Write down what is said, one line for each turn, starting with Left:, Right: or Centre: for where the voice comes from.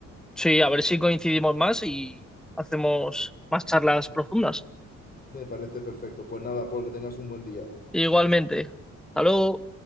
Centre: Sí, a ver si coincidimos más y hacemos más charlas profundas.
Left: Me parece perfecto. Pues nada, Paul, que tengas un buen día.
Centre: Igualmente. Hasta luego.